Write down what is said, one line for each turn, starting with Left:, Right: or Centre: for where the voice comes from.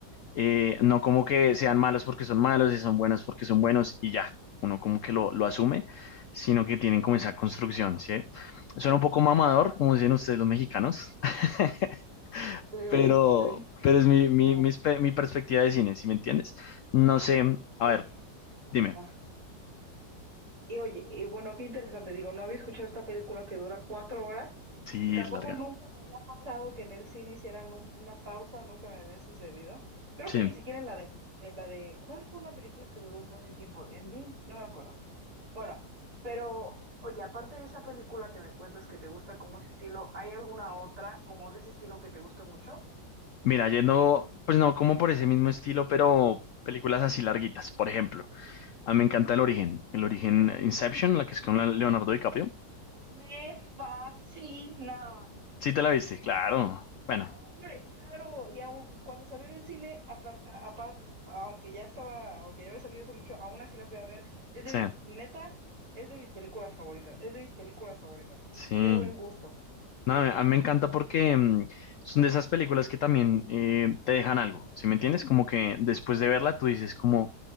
Left: Eh, no como que sean malos porque son malos y son buenos porque son buenos y ya, uno como que lo, lo
Right: Ajá,
Left: asume, sino que tienen como
Right: ajá,
Left: esa construcción, ¿sí? Suena un poco mamador,
Right: claro.
Left: como dicen ustedes los mexicanos, <laughs>
Right: Sí, un
Left: pero,
Right: poco, sí.
Left: pero es mi, mi,
Right: Ajá.
Left: mis pe- mi perspectiva de cine, ¿sí me entiendes? No sé, a
Right: Oye,
Left: ver,
Right: ajá.
Left: dime,
Right: Y oye, y bueno, qué interesante, digo, no había escuchado esta película que dura cuatro horas
Left: sí,
Right: y tampoco
Left: es larga,
Right: nunca me había pasado que en el cine hicieran un- una pausa, nunca me había sucedido. Creo
Left: sí.
Right: que ni siquiera en la de, en la de, ¿cuál fue una película que duró un buen de tiempo? ¿Endgame? No me acuerdo. Bueno, pero oye, aparte de esa película que me cuentas que te gusta como ese estilo, ¿hay alguna otra como de ese estilo que te guste mucho?
Left: Mira, yendo, pues no como por ese mismo estilo, pero películas así larguitas, por ejemplo. A mí me encanta El Origen, El Origen Inception, la que es con la- Leonardo DiCaprio.
Right: Me fascina.
Left: Sí te la viste, claro. Bueno,
Right: No, hombre, claro. Y aún, cuando salió en el cine, apar- apar- aunque ya estaba, aunque ya había salido hace mucho, aún así la fui a ver. Es de
Left: sí,
Right: mi, neta, es de mis películas favoritas. Es de mis películas favoritas.
Left: sí.
Right: Qué buen gusto.
Left: No, a mí a mí me encanta porque mm, son de esas películas que también eh, te dejan algo, ¿sí me entiendes? Como que después de verla tú
Right: Claro.
Left: dices como,